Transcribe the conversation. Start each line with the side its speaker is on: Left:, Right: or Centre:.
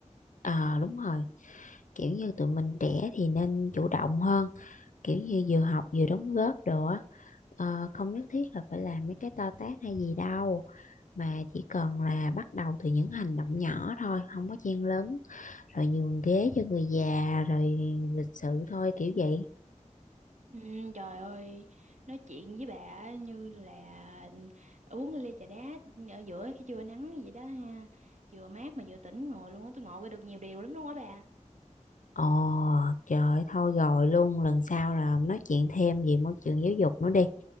Left: ờ đúng rồi kiểu như tụi mình trẻ thì nên chủ động hơn kiểu như vừa học vừa đóng góp đồ á Ờ, không nhất thiết là phải làm mấy cái to tát hay gì đâu mà chỉ cần là bắt đầu từ những hành động nhỏ thôi không có chen lấn rồi nhường ghế cho người già rồi lịch sự thôi kiểu vậy
Right: Ừ, trời ơi, nói chuyện với bà á, như là uống ly trà đá ở giữa cái trưa nắng vậy đó ha. Vừa mát mà vừa tỉnh ngồi luôn á, tôi ngộ ra được nhiều điều lắm luôn á bà.
Left: Ồ, trời ơi, thôi rồi luôn, lần sau là nói chuyện thêm về môi trường giáo dục nữa đi.